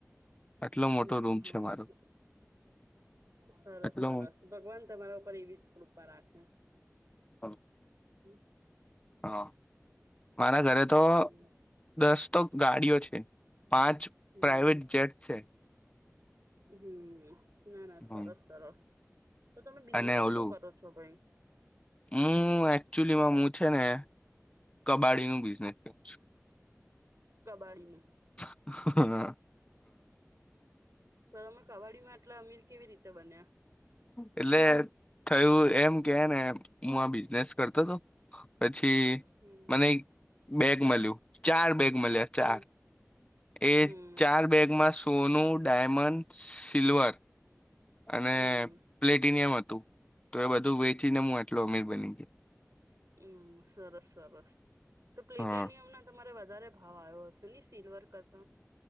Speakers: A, on the left (about 20°); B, on the right (about 75°).
A: આટલો મોટો
B: હા
A: રૂમ
B: હા
A: છે મારો
B: હ સરસ
A: એટલો
B: સરસ ભગવાન તમારા ઉપર એવી જ કૃપા રાખે.
A: હ
B: હુ <unintelligible>
A: હા મારા ઘરે તો,
B: હમ
A: દસ તો ગાડીઓ છે, પાંચ
B: હમ
A: પ્રાઇવેટ જેટ છે.
B: હુ ના ના સરસ
A: હમ.
B: સરસ, તો તમે બિઝનેસ
A: અને ઓલું
B: શું કરો છો ભાઈ?
A: હું એકચુલીમાં
B: હમ
A: હૂં છે ને, કબાડી નું બિઝનેસ કરું છું.
B: કબાડીમાં
A: હા.
B: તો તમે કવાડીમાં એટલા અમીર કેવી રીતે બન્યા,
A: એટલે થયું એમ કે ને હું આ બિઝનેસ કરતો હતો. પછી
B: હમ
A: મને બેગ મળ્યું, ચાર બેગ મળ્યા, ચાર
B: હમ
A: એ
B: હમ
A: ચાર બેગમાં સોનું, ડાયમંડ, સિલ્વર અને
B: હમ
A: પ્લેટિનિયમ હતું, તો એ બધું વેચીને હું આટલો અમીર બન્યો
B: હુ સરસ સરસ, તો પ્લેટેનિયમ
A: હા
B: ના તમારે વ વધારે ભાવ આવ્યો હશે નહી સિલ્વર કરતા,